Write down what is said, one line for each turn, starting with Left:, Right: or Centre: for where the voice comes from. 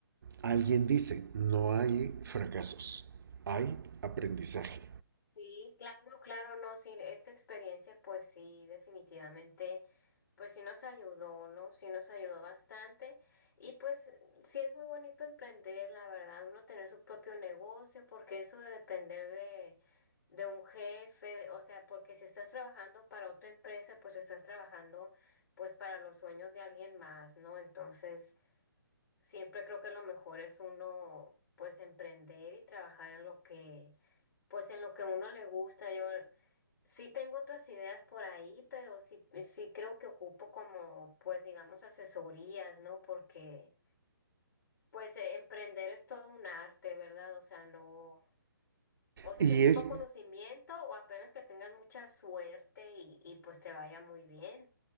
Right: Alguien dice, no hay fracasos, hay aprendizaje.
Left: sí, claro, claro, no, sí, esta experiencia, pues sí, definitivamente. pues sí nos ayudó, ¿no? Sí nos ayudó bastante. Y pues sí es muy bonito emprender, la verdad, uno tener su propio negocio, porque eso de depender de, de un jefe, de- o sea, porque si estás trabajando para otra empresa, pues estás trabajando pues para los sueños de alguien más, ¿no? Entonces, siempre creo que lo mejor es uno pues emprender y trabajar en lo que, pues en lo que uno le gusta. Yo Sí tengo otras ideas por ahí, pero sí, sí creo que ocupo como, pues digamos, asesorías, ¿no? Porque, pues, eh, emprender es todo un arte, ¿verdad? O sea, no, o sea,
Right: Y
Left: se ocupa
Right: es
Left: conocimiento o apenas que tengas mucha suerte y, y pues te vaya muy bien.